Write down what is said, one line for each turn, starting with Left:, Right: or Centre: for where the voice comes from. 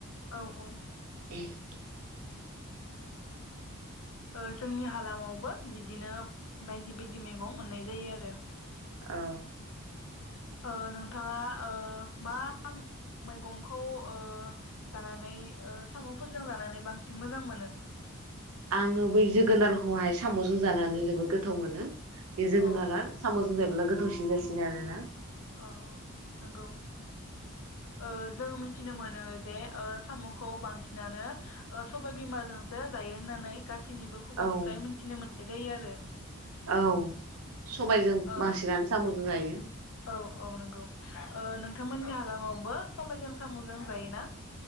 Left: औ -औ।
Right: <inaudible>
Left: ओ जोंनि हालामावबो बिदिनो बायदि- बायदि मैगं मोननाय जायो आरो।
Right: औ।
Left: ओ नोंथाङा ओ मा मैगंखौ ओ जानानै ओ साम'फोरजों जानानै बांसिन मोजां मोनो?
Right: आङो बै जोगोनारखौहाय साम'जों जानानै जोबोद गोथाव मोनो। बे जोगोनारा
Left: अ अ
Right: साम'जों जायोब्ला गो थावसिन जासिनो आरो ना।
Left: औ नंगौ ओ जोङो मि थिनो मोनो जे ओ साम'खौ बांसिनानो ओ सबाय बिमाजोंसो जायो होननानै। गासैनिबो खुगानिफ्राय
Right: औ
Left: मिन्थिनो मोन नाय जायो आरो।
Right: औ सबायजों
Left: अ
Right: बासिनानै साम'जों जायो।
Left: औ- औ नंगौ ओ नोंथांमोननि हालामावबो सबायजों साम'जों जायोना?